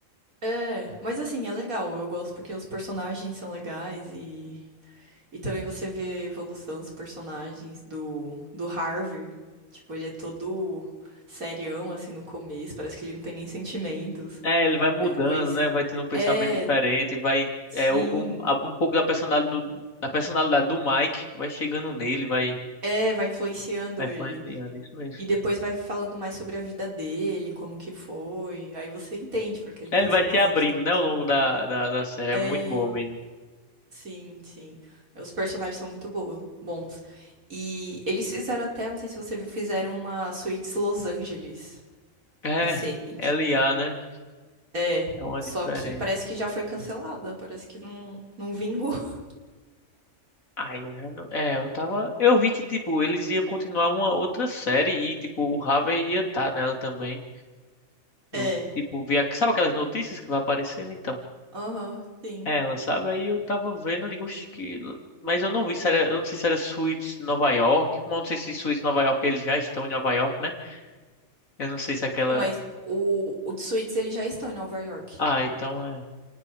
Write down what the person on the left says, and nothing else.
É, ele vai mudando,
né? Vai tendo um pensamento
diferente. Vai.
É, o- um, a- um pouco da personalidade do, da personalidade do Mike vai chegando nele, vai,
vai influenciando.
Isso mesmo.
É,
Ele vai
se abrindo,
né? Ao longo da, da, da série.
É muito boa mesmo.
É,
LA, né?
É uma
diferente.
Ai, eu já não... É, eu tava. Eu vi que, tipo, eles iam continuar uma outra série e, tipo, o Harvey ia estar nela também. Eu,
tipo, vi. A... Sabe aquelas notícias que vai aparecendo? Então,
ela, sabe? Aí eu tava vendo, eu digo, "Oxe, que. Mas eu não vi se era. Eu não sei se era suits Nova York. Mas eu não sei se suits Nova York eles já estão em Nova York, né? Eu não sei se aquela.
Ah, então é.